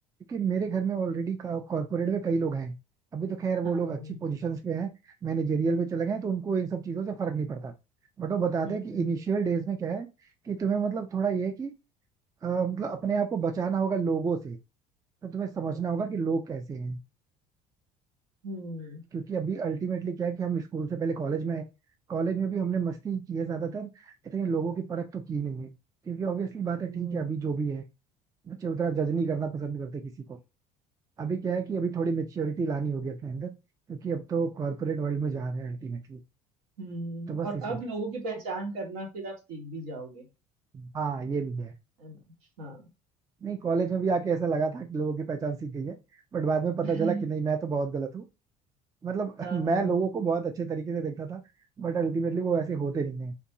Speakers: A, on the right; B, on the right.
A: क्योंकि मेरे घर में ऑलरेडी कॉर्पोरेट में कई लोग हैं अभी तो खैर वो
B: हाँ हाँ
A: लोग अच्छी पोजीशंस पे हैं मैनेजेरियल में चले गए हैं, तो उनको इन सब चीजों से फर्क नहीं पड़ता बट वो बताते
B: हम्म
A: हैं कि
B: हम्म
A: इनिशियल
B: हम्म
A: डेज में क्या है कि तुम्हें मतलब थोड़ा ये है कि अ, मतलब अपने आप को बचाना होगा लोगों से तो तुम्हें समझना
B: हम्म
A: होगा कि लोग कैसे हैं
B: हम्म
A: क्योंकि अभी अल्टीमेटली क्या है कि हम स्कूल से पहले कॉलेज में आए, कॉलेज में भी हमने मस्ती ही की है ज्यादातर इतनी लोगों की परख तो की नहीं है क्योंकि ऑब्वियसली बात
B: हम्म,
A: है ठीक है अभी जो भी है बच्चे उतना जज नहीं करना पसंद करते किसी को अभी क्या है कि अभी थोड़ी मेच्योरिटी लानी होगी अपने अंदर क्योंकि अब तो कॉर्पोरेट वर्ल्ड में जा रहे हैं अल्टीमेटली
B: हम्म
A: तो बस
B: और
A: इस
B: अब
A: वजह
B: लोगों
A: से
B: की पहचान करना फिर आप सीख भी जाओगे
A: हाँ ये भी है
B: है ना हाँ
A: नहीं कॉलेज में भी आके ऐसा लगा था कि लोगों की पहचान सीख गई है बट बाद में पता
B: <laughs>
A: चला कि नहीं मैं तो बहुत गलत हूँ मतलब
B: हाँ
A: <laughs> मैं
B: हाँ
A: लोगों
B: हाँ
A: को बहुत अच्छे तरीके से देखता था बट अल्टीमेटली वो वैसे होते नहीं है